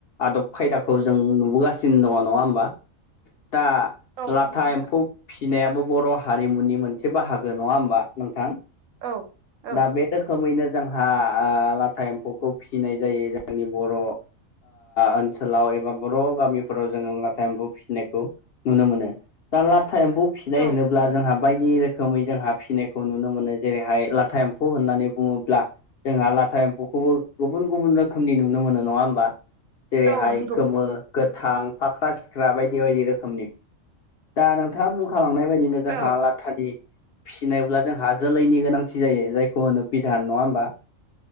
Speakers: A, on the left; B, on the right.
A: आदब खायदाखौ जों नुबोगासिनो दङ नङा होमबा दा
B: औ
A: लाथा
B: नंगौ नोंथां।
A: एम्फौ फिसिनायाबो बर' हारिमुनि मोनसे बाहागो नङा होमबा नोंथां
B: औ औ
A: दा बे रोखोमैनो जोंहा लाथा एम्फौखौ फिसिनाय जायो जोंनि बर' ओनसोलाव एबा बर' गामिफोराव जोङो लाथा एमफु फिसिनायखौ नुनो मोनो दा ला एम्फौ फिनाय
B: औ
A: होनोब्ला जोंहा बायदि रोखोमै जोंहा फिसिनायखौ नुनो मोनो जेरैहाय ला लाथा एम्फौ होननानै बुङोब्ला जोंहा लाथा एम्फौखौबो गुबुन गुबुन रोखोमनि नुनो मोनो नङा होमबा जेरैहाय
B: औ नंगौ
A: गोमो गोथां फाख्रा सिख्रा बायदि बायदि रोखोमनि दा नोंथाङा बुंखालांनाय बायदिनो जोंहा
B: औ
A: लाथानि फिसिनायब्ला जोंहा जोलैनि गोनां थि जायो जायखौ होनो बिधान नङा होमबा